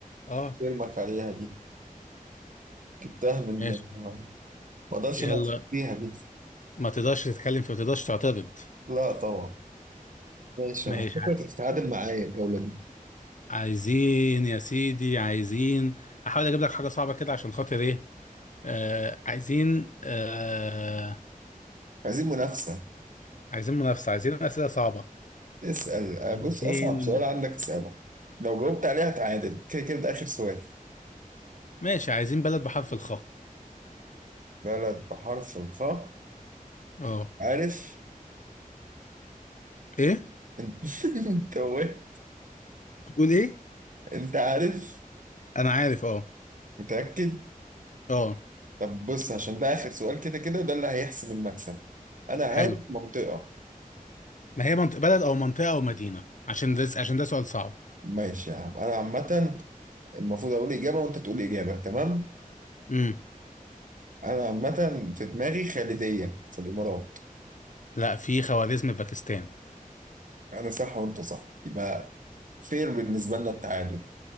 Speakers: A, on the left; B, on the right.
A: اه
B: ارمك عليها دي جبتها من
A: ماشي
B: ما اقدرش
A: يلا
B: اناقشك فيها دي
A: ما تقدرش تتكلم في ما تقدرش تعترض
B: لا طبعا ماشي
A: ماشي
B: هتفكر
A: ع-
B: تتعادل معايا الجولة دي
A: عايزين يا سيدي عايزين هحاول اجيب لك حاجة صعبة كده عشان خاطر ايه آه عايزين آه
B: عايزين منافسة
A: عايزين منافسة عايزين أسئلة صعبة
B: اسأل
A: عايزين
B: بص أصعب سؤال عندك اسأله لو جاوبت عليها هتعادل كده كده ده آخر سؤال
A: ماشي عايزين بلد بحرف الخاء
B: بلد بحرف الخاء
A: اه
B: عارف
A: ايه
B: انت <laughs> انت وه-
A: بتقول ايه
B: انت عارف
A: انا عارف اه
B: متأكد
A: اه
B: طب بص عشان ده آخر سؤال كده كده ده اللي هيحسم المكسب أنا عارف
A: حلو
B: منطقة
A: ما هي منطقة بلد او منطقة او مدينة عشان ده عشان ده سؤال صعب
B: ماشي يا عم انا عامة المفروض اقول اجابة وانت تقول اجابة تمام
A: امم
B: انا عامة في دماغي خالدية في الامارات
A: لا في خوارزم في باكستان
B: انا صح وانت صح يبقى فير بالنسبة لنا التعادل